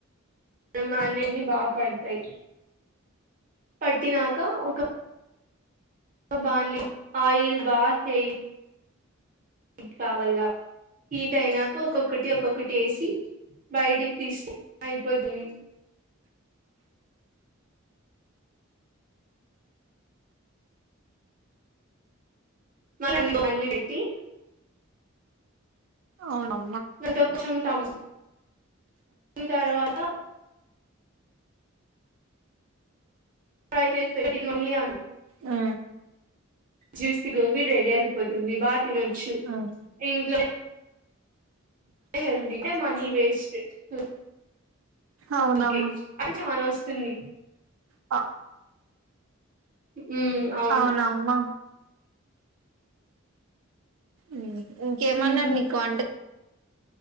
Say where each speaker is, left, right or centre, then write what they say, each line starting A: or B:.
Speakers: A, on the right (about 40°); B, on the right (about 70°).
A: గ్నేన్ని బాపడుతాయి పట్టినాంక ఒక బాండ్లీ ఆయిల్ బా చేయ్ హీట్ కావాల్ల హీట్ అయినాక ఒక్కొక్కటి ఒక్కొక్కటి వేసి బయటకి తీస్తే అయిపోతది. మళ్ళ <unintelligible> పెట్టి
B: అవునమ్
A: అంత కుషుంటాము <unintelligible> తర్వాత ప్రై చేసి పెట్టిన వన్నీ అను
B: ఆ
A: జ్యూసీ గోబి రెడి ఆయిపో తుంది బా తినొచ్చు
B: మ్మ్
A: ఇంట్లోనే హెల్దీతే మనీ వేస్ట్ హ్
B: అవునమ్మా
A: ఊరికే అంటే చానా వస్తుంది
B: అ
A: హ్ ఉమ్ అవును
B: అవునమ్మా మ్మ్ హ్ ఇంకేమన్నా
A: ఉమ్
B: మీకు కాంట్